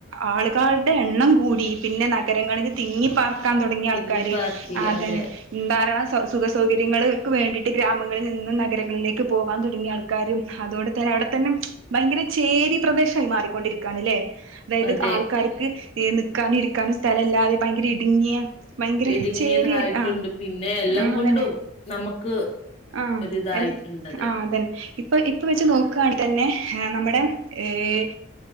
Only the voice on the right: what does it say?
ആളുകാരുടെ എണ്ണം കൂടി പിന്നെ നഗരങ്ങളില് തിങ്ങി പ്പാർ ക്കാൻ തൊടങ്ങി
ആൾക്കാര് ആഹ് അതന്നെ
ഉം ധാരാളം സ സുഖ സൗകര്യങ്ങള് ക്ക് വേണ്ടീട്ട് ഗ്രാമങ്ങളിൽ നിന്നും നഗരങ്ങളിലേക്ക് പോകാൻ തുടങ്ങി ആൾ ക്കാര് അതോണ്ട് തന്നെ അവടെ ത്തന്നെ ഭയങ്കര ചേരി പ്രദേശായി മാറിക്കൊണ്ടിരിക്കാണ് ല്ലേ
ആൾക്കാര്ക്ക്ഇഹ് ന്ന്ക്കാനും ഇരിക്കാനും സ്ഥലല്ലാതെ ഭയങ്കര ഇട്ങ്ങിയ ഭയങ്കര
ചേര്യായി ആഹ്
ആഹ്
അതന്നെ
ആഹ്
എൽ ആഹ് അതന്നെ ഇപ്പ ഇപ്പ വെച്ച് നോക്കാണങ്കി തന്നെ നമ്മടെ ഏഹ്